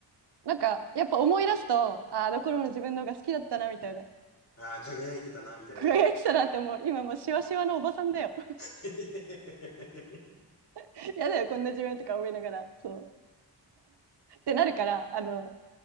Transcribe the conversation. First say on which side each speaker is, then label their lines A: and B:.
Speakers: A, on the right; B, on the left.
A: なんかやっぱ思い出すとああの頃の自分の方が好きだったなみたいな
B: ああ、輝いてたな、みたいな。
A: 輝いてたなって思う今もうシワシワのおばさんだよ
B: <laughs> いやいやいやいやい
A: <laughs> やだよこんな自分とか思いながらそうってなるからあの